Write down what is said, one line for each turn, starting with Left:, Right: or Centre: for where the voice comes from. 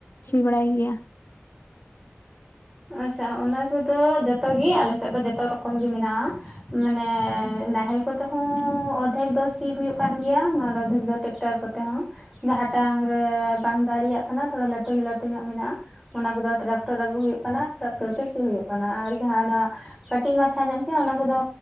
Left: ᱥᱤ ᱵᱟᱲᱟᱭ ᱜᱮᱭᱟ?
Centre: ᱟᱪᱪᱷᱟ ᱚᱱᱟ ᱠᱚᱫᱚ ᱡᱚᱛᱚ ᱜᱮ ᱟᱞᱮ ᱥᱮᱫ ᱫᱚ ᱡᱚᱛᱚ ᱨᱚᱠᱚᱢ ᱜᱮ ᱢᱮᱱᱟᱜᱼᱟ᱾ ᱢᱟᱱᱮ ᱱᱟᱦᱮᱞ ᱠᱚᱛᱮᱦᱚᱸ ᱚᱫᱷᱮᱠ ᱫᱚ ᱥᱤ ᱦᱩᱭᱩᱜ ᱠᱟᱱ ᱜᱮᱭᱟ ᱟᱨ ᱚᱫᱷᱮᱠ ᱫᱚ ᱴᱮᱠᱴᱟᱨ ᱠᱚᱛᱮ ᱦᱚᱸ ᱡᱟᱦᱟᱸᱴᱟᱝ ᱨᱮ ᱵᱟᱝ ᱫᱟᱲᱮᱭᱟᱜ ᱛᱷᱚᱲᱟ ᱞᱟᱹᱴᱩ ᱞᱟᱹᱴᱩ ᱧᱚᱜ ᱢᱮᱱᱟᱜᱼᱟ ᱚᱱᱟ ᱠᱚᱫᱚ ᱴᱨᱟᱠᱴᱚᱨ ᱟᱹᱜᱩ ᱦᱩᱭᱩᱜ ᱠᱟᱱᱟ ᱴᱨᱟᱠᱴᱚᱨ ᱛᱮ ᱥᱤ ᱦᱩᱭᱩᱜ ᱠᱟᱱᱟ ᱟᱨ ᱡᱟᱦᱟᱸᱟᱱᱟᱜ ᱠᱟᱹᱴᱤᱡ ᱢᱟᱪᱷᱟ ᱧᱚᱜ ᱜᱮᱭᱟ ᱚᱱᱟ ᱠᱚᱫᱚ